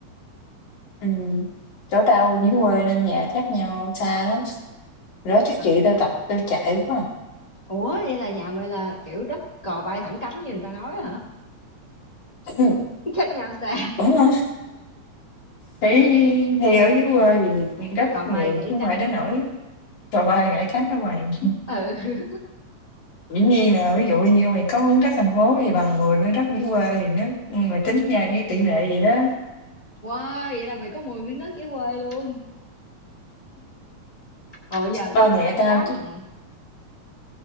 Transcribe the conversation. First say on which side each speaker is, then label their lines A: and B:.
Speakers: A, on the left (about 75°); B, on the left (about 15°).
A: ừm, chỗ tao dưới quê nên nhà cách nhau xa lắm, hồi đó chắc
B: À.
A: chị tao tập tao chạy quá à.
B: Ủa vậy là nhà mày là kiểu đất cò bay thẳng cánh như người ta nói hả?
A: Ừ.
B: <laughs> Cách nhau xa,
A: Đúng rồi, thì thì ở dưới quê thì rất
B: cò
A: nhiều
B: bay gãy
A: chứ không
B: cánh.
A: phải đến nỗi trời ơi gãy cánh đâu mày.
B: Ừ.
A: Dĩ nhiên là ví dụ như mày có miếng đất thành phố thì bằng 10 miếng đất dưới quê thì nếu mà tính ra cái tỷ lệ gì đó
B: Wow, vậy là mày có 10 miếng đất dưới quê luôn. Ồ giờ đất
A: ba mẹ
B: lên giá
A: tao chứ
B: mày.